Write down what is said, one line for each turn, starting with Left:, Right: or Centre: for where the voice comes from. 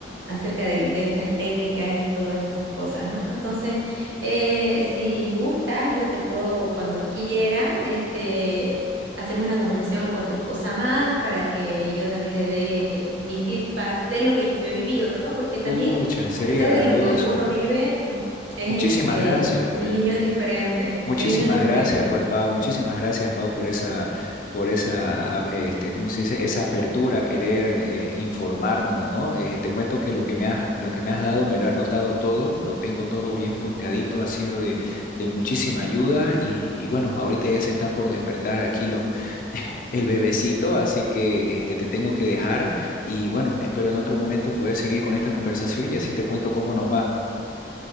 Right: acerca del- de, estas técnicas y todas esas cosas, ¿no? Entonces, eh, si gustas, yo te puedo, cuando quiera, este, hacemos una conversación con tu esposa más para que yo también le dé mi feedback de lo que yo he vivido, ¿no? Porque también,
Left: Pucha, sería
Right: a pesar
Left: grandioso.
Right: de lo que uno vive, mm, es
Left: Muchísimas
Right: este,
Left: gracias, pues.
Right: el niño es diferente,
Left: Muchísimas
Right: el niño es diferente.
Left: gracias, pues Pau, muchísimas gracias, Pau, por esa, por esa, a- este, ¿cómo se dice? Esa apertura a querer eh, informarnos, ¿no? Eh, te cuento que lo que me has, lo que me has dado, me lo he anotado todo, lo tengo todo bien punteadito, ha sido de, de muchísima ayuda y, y bueno, ahorita ya se están por despertar aquí los, <laughs> el bebecito, así que este, te tengo que dejar y bueno, espero en otro momento poder seguir con esta conversación y así te cuento cómo nos va.